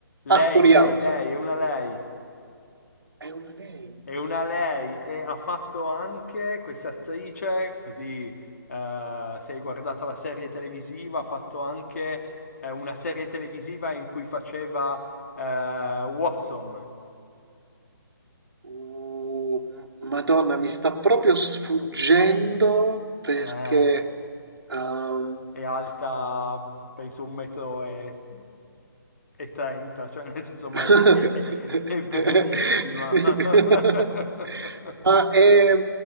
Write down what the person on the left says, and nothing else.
lei, lei, lei, è una lei,
è
una lei e ha fatto anche questa attrice, così eh, se hai guardato la serie televisiva, ha fatto anche eh, una serie televisiva in cui faceva eh, Watson.
Eh,
è alta penso un metro e, e trenta, cioè nel senso ma
è, è- è bellissima. <laughs>